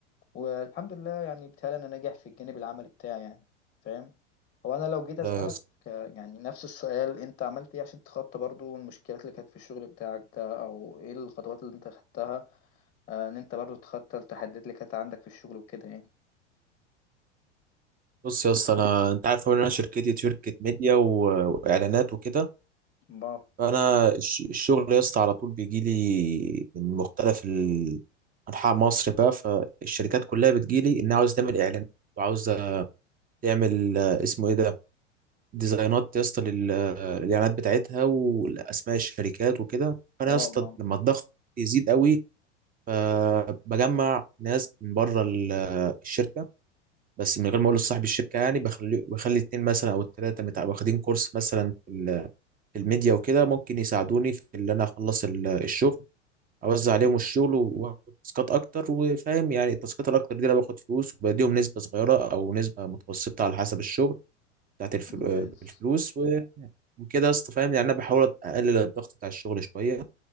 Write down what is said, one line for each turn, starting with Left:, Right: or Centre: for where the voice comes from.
Left: والحمد لله يعني بتهيألي انا ناجح في الجانب العملي بتاعي يعني فاهم هو انا لو جيت اسألك
Right: لا يا اسطى
Left: آه، يعني نفس السؤال انت عملت ايه عشان تتخطى برضو المشكلات اللي كانت في الشغل بتاعك ده او ايه الخطوات اللي انت خدتها آه، ان انت برضو تتخطى التحديات اللي كانت عندك في الشغل وكده يعني
Right: بص يا اسطى انا انت عارف طبعا ان انا شركتي شركه ميديا و... واعلانات وكده
Left: الله
Right: انا الش- الشغل يا اسطى على طول بيجي لي من مختلف ال- انحاء مصر بقى فالشركات كلها بتجي لي انها عاوز تعمل اعلان وعاوزه تعمل آه، اسمه ايه ده ديزاينات يا اسطى لل- آه، للاعلانات بتاعتها والاسماء الشركات وكده فانا
Left: اه
Right: يا اسطى
Left: آه،
Right: لما الضغط يزيد قوي فبجمع ناس من بره ال- آه، الشركه بس من غير ما اقول لصاحب الشركه يعني بخلي بخلي اتنين مثلا او التلاته متع- واخدين كورس مثلا الميديا وكده ممكن يساعدوني في اللي انا اخلص ال- الشغل اوزع
Left: تمام
Right: عليهم الشغل واخد تاسكات اكتر وفاهم يعني التاسكات الاكتر دي انا باخد فلوس وبديهم نسبه صغيره او نسبه متوسطه على حسب الشغل بتاعت الف-
Left: ممتاز
Right: آه، الفلوس و- وكده يا اسطى فاهم يعني انا بحاول اقلل الضغط بتاع الشغل شويه